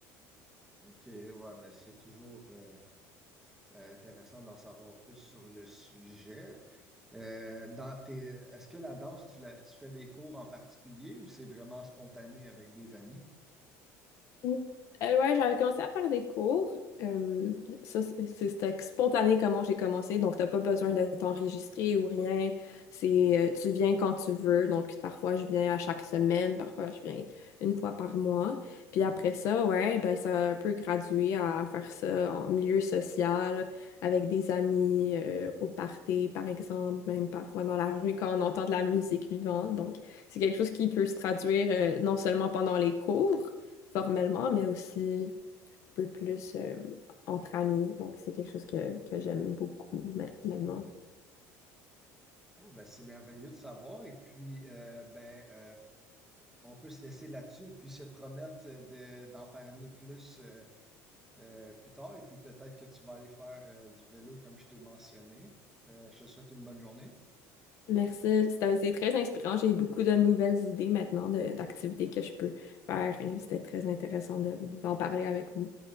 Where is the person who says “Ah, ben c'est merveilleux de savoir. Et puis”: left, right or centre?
Centre